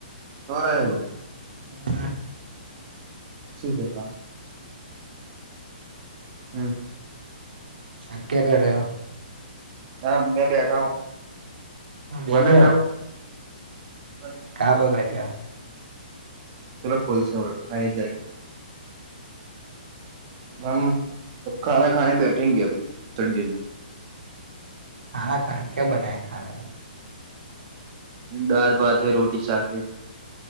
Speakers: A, on the right; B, on the right.
A: શોરા આવવું
B: ના ના
A: છું છે. હમ
B: આપ ક્યા કર રહે હો?
A: હ મે બેઠા હું
B: બેઠે
A: વર નાખ ના હુ હા
B: કાં પર બેઠ્યા
A: તરા કોલશે બરોલો આગે જાય કર <unintelligible> હમ ખા ખાને બેઠેગે અભી થોડી દેર
B: ખા ખા ક્યા બનાયા ખા.
A: ડાર ભત હૈ રોટી સાાખી.